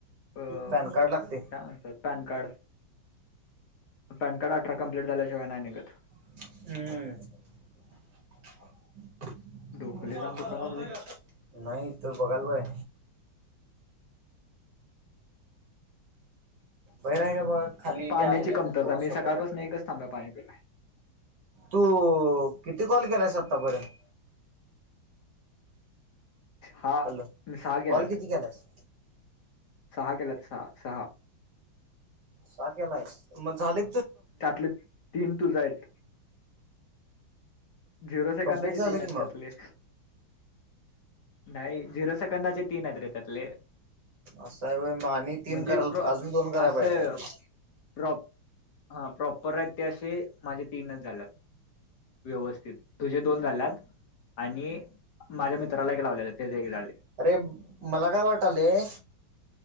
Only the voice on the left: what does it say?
अ
काय म्हणतात पॅन कार्ड पॅन कार्ड अठरा कंप्लीट झाल्याशिवाय नाही निघत
ढोकले घाण दुखा लागले
पाण्याची
कमतरता
मी
सकाळपासून
एकच थांबा्या पाणी केलाय
हहा
मी सहा
केलात
सहा केलात सहा सहा
त्यातले तीन तुझा आहेत झिरो सेकंदाची
तीनत
त्यातले नाही झिरो सेकंदाचे तीन हज रे त्यातले
म्हणजे
असं
प्र हा प्रॉपर आहेत ते असे माझ्या तीनच झाल्या व्यवस्थित तुझे दोन झालेत आणि माझ्या मित्राला एक लावलेले ते एक झाले